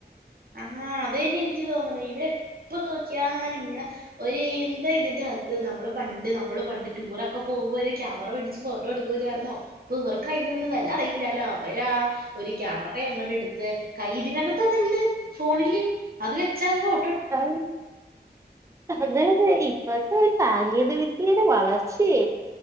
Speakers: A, on the right (about 60°); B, on the right (about 20°).
A: ആ അതേനി എനിക്ക് തോന്നണത് ഇവിടെ എ ഇപ്പൊ നോക്കിയാലും ഇങ്ങനെ ഒരു എന്താ ഇതിന്റെ അകത്ത് നമ്മളും പണ്ട് നമ്മള് പണ്ട് ടൂറൊക്കെ പോവുമ്പോ ഒരു ക്യാമറ പിടിച്ച് ഫോട്ടോ എടുകൂലായിരുന്നോ ഇപ്പൊ ഇവർക്ക അയ്നൊന്നും വെല അറിയില്ലാലോ അവരാ ഒരു ക്യാമറ അങ്ങോട്ട് ഇടുത്ത് കയ്യി ഇതിനകത്ത് അത്ണ്ട് ഫോണില് അത് വെച്ചാൽ ഒരു ഫോ
B: ആഹ അതെ ഇപ്പത്തെ സാങ്കേതിക വിദ്യയുടെ വളർച്ചയെ